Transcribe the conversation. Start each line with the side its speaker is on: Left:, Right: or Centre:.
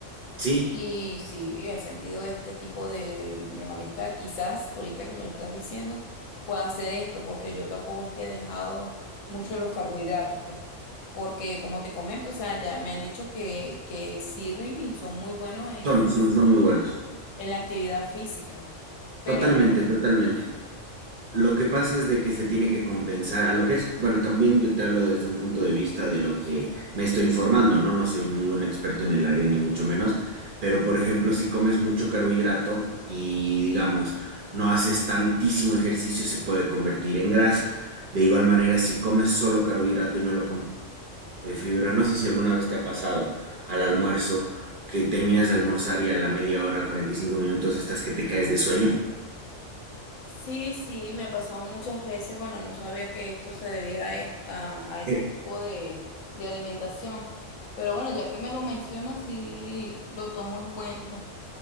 Right: Sí,
Left: Y sí, he sentido este tipo de, de- de malestar. Quizás ahorita que me lo estás diciendo, pueda hacer esto, porque yo tampoco es que he dejado mucho los carbohidratos, pues. Porque como te comento, o sea, ya me han dicho que, que sirven y son muy buenos en
Right: son, son, son muy buenos.
Left: en la actividad física, pero
Right: Totalmente,
Left: no
Right: totalmente.
Left: sé.
Right: Lo que pasa es de que se tiene que compensar a lo que es, bueno, también yo te hablo desde un punto de vista de lo que me estoy informando, ¿no? No soy ningún experto en el área, ni mucho menos, pero por ejemplo, si comes mucho carbohidrato y digamos, no haces tantísimo ejercicio, se puede convertir en grasa. De igual manera, si comes solo carbohidrato y no lo comes de fibra, no sé si alguna vez te ha pasado al almuerzo que terminas de almorzar y a la media hora, 45 minutos, estás que te caes de sueño.
Left: Sí, sí, me ha pasado muchas veces. Bueno, no sabía que esto se debía a, est- a- a ese
Right: E-
Left: tipo de, de alimentación. Pero bueno, ya que me lo mencionas, sí lo tomo en cuenta.